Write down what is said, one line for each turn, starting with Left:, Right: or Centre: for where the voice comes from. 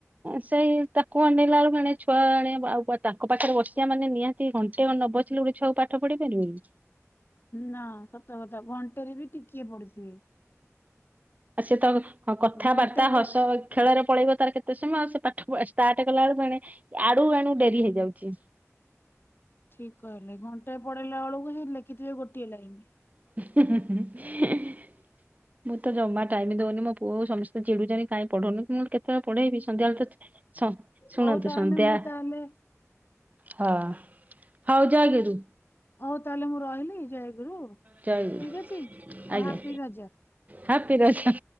Right: ସେଇ ତାକୁ ଅନେଇଲା ବେଳକୁ ମାନେ ଛୁଆ ଏଣେ ଆଉ ତାଙ୍କ ପାଖରେ ବସିବା ମାନେ ନିଆ ତି ଘଣ୍ଟେ ଖଣ୍ଡେ ନ ବସିଲ ଗୋଟେ ଛୁଆକୁ ପାଠ ପଡେଇ ପାରିବନି।
Left: ନା ସତ କଥା ଘଣ୍ଟେରେ ବି ଟିକିଏ ପଢିଥିବେ।
Right: ଆ ସେତ କଥାବାର୍ତ୍ତା
Left: ଘଣ୍ଟେ ବ-
Right: ହସ। ଖେଳରେ ପଳେଇବ ତାର କେତେ ସମୟ ସେ ପାଠ ଷ୍ଟାର୍ଟ କଲାବେଳକୁ ଆଡୁ ଏଣୁ ଡେରି ହେଇଯାଉଛି।
Left: ଠିକ କହିଲେ ଘଣ୍ଟେ ପଡେଇଲା ବେଳକୁ ଲଖିଥିବେ ଗୋଟିଏ ଲାଇନ।
Right: <unintelligible> ମୁଁ ତ ଜମା ଟାଇମ ଦଉନି ମୋ ପୁଅକୁ ସମସ୍ତେ ଚିଡୁଛନ୍ତି କାଇଁ ପଢଉନୁ? କେତେବେଳେ ପଢେଇବି ସନ୍ଧ୍ୟାବେେଳେ ତ ଶୁଣନ୍ତୁ
Left: ହଉ ତାହେଲେ
Right: ସନ୍ଧ୍ୟା।
Left: ମୁଁ ତାହେଲେ
Right: ହଁ ହଉ ଜୟ ଗୁରୁ।
Left: ହଉ ତାହେଲେ ମୁଁ ରହିଲି ଜାୟଗୁରୁ ଠିକ
Right: ଜୟ ଗୁରୁ
Left: ଅଛି ହଉ,
Right: ଆଜ୍ଞା
Left: ହାପି ରଜ।
Right: ହାପି ରଜ।